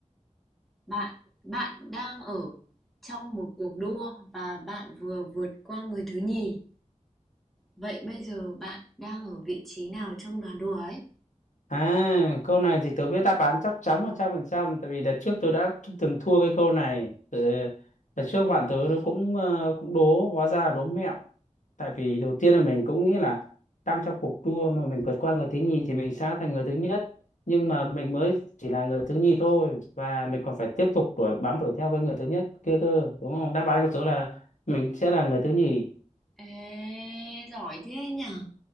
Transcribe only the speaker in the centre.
Bạn, bạn đang ở trong một cuộc đua và bạn vừa vượt qua người thứ nhì. Vậy bây giờ bạn đang ở vị trí nào trong đoàn đua ấy?
Ê, giỏi thế nhở?